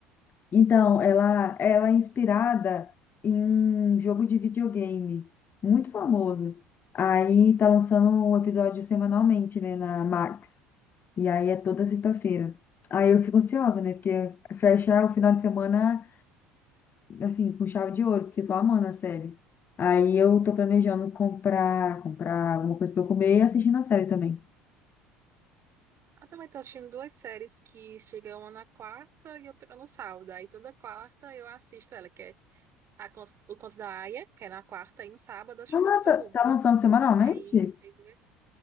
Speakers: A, on the left (about 30°); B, on the right (about 40°).
A: Então, ela, ela é inspirada em um jogo de videogame muito famoso. Aí tá lançando o episódio semanalmente, né, na Max. E aí é toda sexta-feira. Aí eu fico ansiosa, né, porque fecha o final de semana, assim, com chave de ouro, porque eu tô amando a série. Aí eu tô planejando comprar, comprar alguma coisa pra eu comer e assistir na série também.
B: Eu também tô assistindo duas séries que chegam uma na quarta e outra no sábado. Aí toda quarta eu assisto ela, que é a, Cons- O Conto da Aia, que é na quarta, e no sábado eu assisto
A: Ah,
B: Doctor
A: tá,
B: Who.
A: tá lançando semanalmente?
B: Aí tem duas.